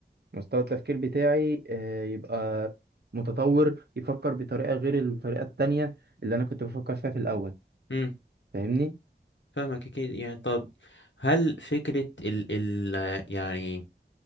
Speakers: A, on the right; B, on the left.
A: مستوى التفكير بتاعي آه، يبقى متطور يفكر بطريقة غير الطريقة التانية اللي أنا كنت بفكر فيها في الأول
B: امم
A: فاهمني
B: فاهمك اكيد يعني طب هل فكرة ال ال يعني